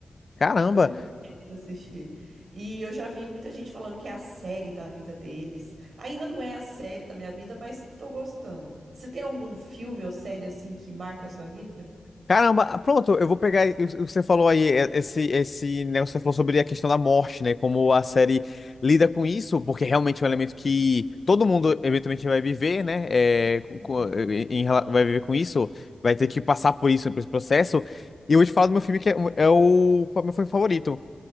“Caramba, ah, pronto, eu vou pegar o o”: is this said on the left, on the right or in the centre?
Left